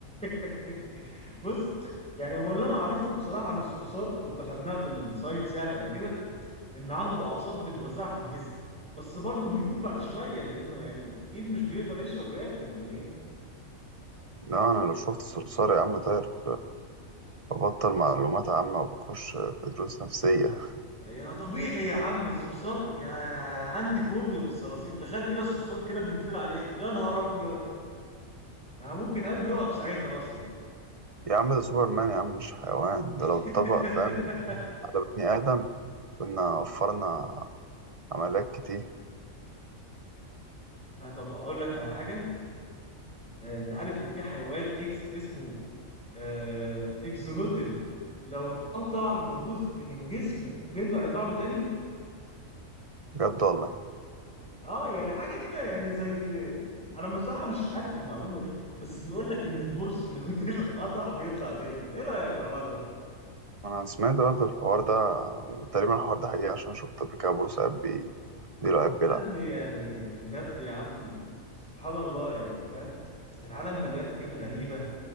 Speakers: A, in the centre; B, on the right.
A: <laughs> بص يعني هو اللي انا اعرفه بصراحه عن الصرصار كنت خدناها في الساينس يعني قبل كده ان عنده اعصاب بتوزعها في الجسم بس برضه بيموت بعد شويه لانه يعني اكيد مش بيقدر يشرب وياكل ولا ايه
B: لا أنا لو شفت الصرصار يا عم طاير ببطل معلومات عامة وبخش في دروس نفسية
A: يا طبيعي يا عم الصرصار يا يا- انا عندي فوبيا من الصراصير تخيل كده الصرصار كده بيطير عليك يا نهار ابيض انا ممكن قلبي يقف ساعتها اصلا
B: يا عم ده سوبرمان يا عم مش حيوان ده
A: <laughs>
B: لو اتطبق فاهم على بني آدم كنا وفرنا عمليات كتير
A: آه، طب اقول لك على حاجه آه، انت عارف ان في حيوان اكس اسمه آه، اكزولوتل لو اتقطع له جزء من جسمه بيرجع يطلع له تاني
B: بجد والله
A: اه يعني حاجه كده يعني زي انا بصراحه مش عارف المعلومه دي بس بيقول لك ان البورس لو <laughs> ديله اتقطع بيطلع تاني انت ايه رايك في الحوار ده
B: ما أنا سمعت برضه الحوار ده وتقريبا الحوار ده حقيقي عشان شفت قبل كده بورسعيد بي ديرو قاعد
A: والله
B: بيلعب
A: يا ابني يعني يعني بجد يا عم سبحان الله يعني فاهم العالم مليان حاجات غريبه